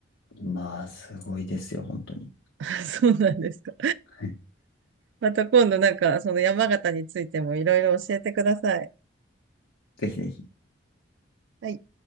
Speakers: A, on the left; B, on the right.
A: まあ、すごいですよ、本当に。
B: <laughs> そうなんですか。
A: はい
B: また今度なんかその山形についてもいろいろ教えてください。
A: ぜひぜひ。
B: はい